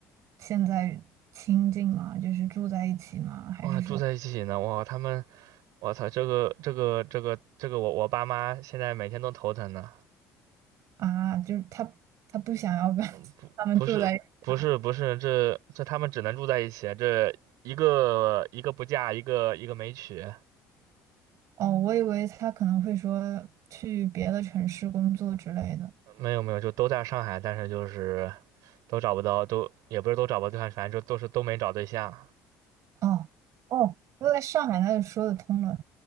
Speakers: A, on the right (about 60°); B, on the right (about 75°).
A: 现在亲近吗？就是住在一起吗？还是说
B: 哇，住在一起呢，哇，他们，我操，这个这个这个这个我我爸妈现在每天都头疼呢。
A: 啊，就是他他不想要跟 <laughs>
B: 不
A: 他们住在一起？
B: 不是不是不是，这这他们只能住在一起啊，这一个一个不嫁，一个一个没娶，
A: 哦，我以为他可能会说去别的城市工作之类的。
B: 没有没有，就都在上海，但是就是都找不到，都也不是都找不到对象，反正就都是都没找对象，
A: 哦哦，我在上海那就说得通了。